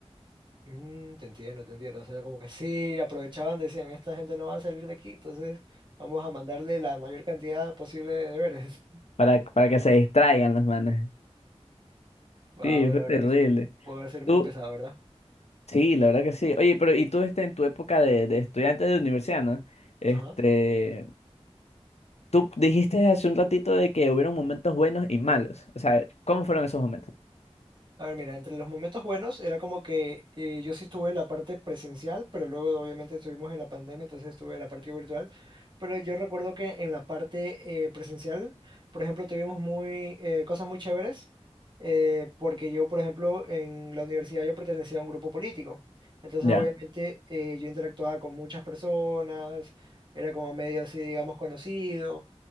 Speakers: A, on the right; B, on the left.
A: Mm, te entiendo, te entiendo. O sea, como que sí, aprovechaban, decían, esta gente no va a salir de aquí, entonces vamos a mandarle la mayor cantidad posible de deberes. <laughs>
B: para, para que se distraigan los manes.
A: Wow,
B: Sí, fue
A: la
B: terrible.
A: verdad que puede ser muy
B: Tú,
A: pesado, ¿verdad?
B: sí, la verdad que sí. Oye, pero y tú este, en tu época de, de estudiante de universidad, ¿no? Este,
A: Ajá.
B: tú dijiste hace un ratito de que hubieron momentos buenos y malos. O sea, ¿cómo fueron esos momentos?
A: A ver, mira, entre los momentos buenos era como que eh, yo sí estuve en la parte presencial, pero luego obviamente estuvimos en la pandemia, entonces estuve en la parte virtual. Pero yo recuerdo que en la parte eh, presencial, por ejemplo, tuvimos muy, eh, cosas muy chéveres, eh, porque yo, por ejemplo, en la universidad yo pertenecía a un grupo político. Entonces,
B: Ya.
A: obviamente, eh, yo interactuaba con muchas personas, era como medio así, digamos, conocido.